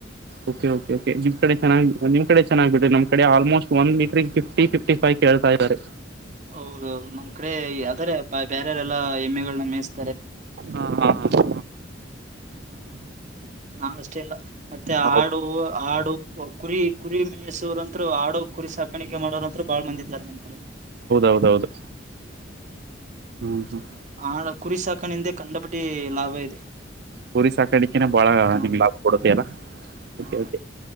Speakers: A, on the right; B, on the right.
A: ಓಕೆ ಓಕೆ ನಿಮ್ಮ ಕಡೆ ಚೆನ್ನಾಗಿ ನಿಮ್ಮ ಕಡೆ ಚೆನ್ನಾಗಿ ಬಿಡ್ರೀ ನಮ್ಮ ಕಡೆ ಆಲ್ ಮೋಸ್ಟ್ ಒನ್ ಮಿಟ್ರಿಗೆ ಫಿಫ್ಟಿ ಫಿಫ್ಟಿ ಫೈವ್. ಕೇಳ್ತಾ ಇದ್ದಾರೆ.
B: ಹೌದೌದು ನಮ್ ಕಡೆ ಅದರ ಪಾ ಬ್ಯಾರೆರೆಲ್ಲ ಹೆಮ್ಮೆಗಳನ್ನ ಮೇಸ್
A: ಹಾ ಹಾ ಹ ಹಾ
B: ಹ್ಮ್ ನಾವ ಅಷ್ಟೇ ಇಲ್ಲ ಮತ್ತೆ
A: ಹಾ
B: ಆಡು
A: ಹೌದ್
B: ಆಡು ಕುರಿ ಕುರಿ ಮೈಸೊರು ಅಂತ. <unintelligible> ತ್ರೋ ಆಡ ಕುರಿ ಸಾಕಾಣಿಕೆ ಮಾಡೋ ಅಂತ್ರು ಬಾಳ ಮಂದಿ ಇದ್ದಾರೆ ನಮ್ಮ ಕಡೆ.
A: ಹೌದೌದೌದು ಹ್ಮ್ ಹ್ಮ್
B: ಆಡು ಕುರಿ ಸಾಕಣಿಂದೆ ಕಂಡಪಟ್ಟಿ ಲಾಭ ಇದೆ.
A: ಕುರಿ ಸಾಕಾಣಿಕೆನೆ ಬಾಳ
B: ಹಾ
A: ನಿಮ್ ಲಾಭ ಕೊಡತೆ ಅಲ್ಲ. ಓಕೆ
B: ಹ
A: ಓಕೆ